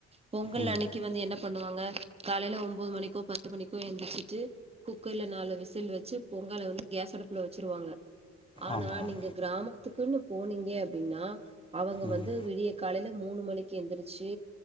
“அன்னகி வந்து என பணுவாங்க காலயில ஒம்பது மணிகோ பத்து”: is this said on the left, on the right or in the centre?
Right